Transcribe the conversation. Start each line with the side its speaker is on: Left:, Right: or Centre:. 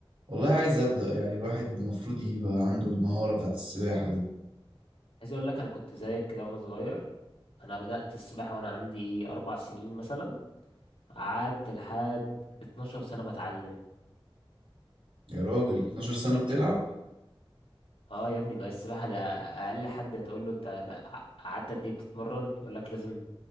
Right: والله عايز ابدا يعني الواحد المفروض يبقى عنده المهاره بتاعت السباحه دي
Left: عايز اقول لك انا كنت زيك كده وانا صغير انا بدأت السباحة وانا عندي ايه اربع سنين مثلا قعدت لحد 12 سنة بتعلم
Right: يا راجل 12 سنه بتلعب
Left: اه يا ابني ما السباحة ده اقل حد تقول له انت بقى- قعدت قد ايه بتتمرن يقول لك لازم